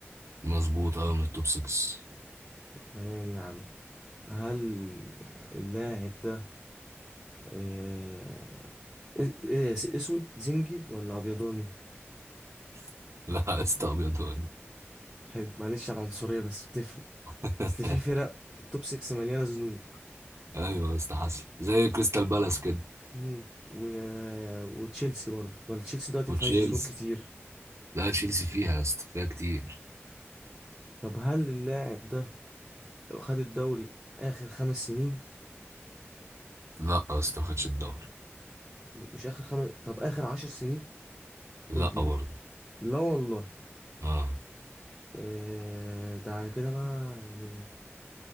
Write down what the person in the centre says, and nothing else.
تمام يا عم هل اللاعب ده آه، إيه- إيه، اسود زنجي ولا ابيضاني
حلو معلش على العنصرية بس بتفرق
اصل في فرق في التوب 6 مليانة زنوج
مم. و... وتشيلسي برضه ولا تشيلسي دلوقتي
ما فيهاش زنوج كتير
طب هل اللاعب ده خد الدوري اخر خمس سنين
مش اخر خمس طب اخر عشر سنين خد
دي
بقى لا والله
آه، ده على كده بقى يعني